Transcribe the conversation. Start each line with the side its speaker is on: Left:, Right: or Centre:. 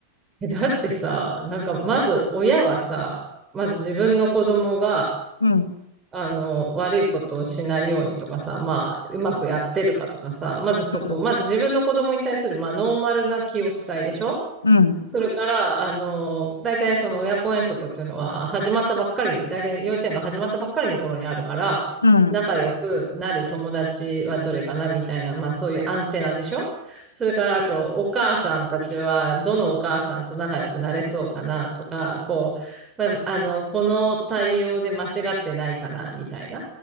Right: え、だってさ、なんか、まず親はさ、まず自分の子供が、
Left: うん。
Right: あの、悪いことをしないようにとかさ、まあ、うまくやってるかとかさ、まずそこ、
Left: うん。
Right: まず自分の子供に対する、まあ、ノーマルな気を使いでしょ
Left: うん。
Right: それから、あの、大体その親子遠足っていうのは始まったばっかり、大体幼稚園が始まったばっかりの頃にあるから、
Left: うん。
Right: 仲良くなる友達はどれかなみたいな、まあそういうアンテナでしょそれからあと、お母さんたちは、どのお母さんと仲良くなれそうかなとか、こう、まあ、あの、この対応で間違ってないかなみたいな。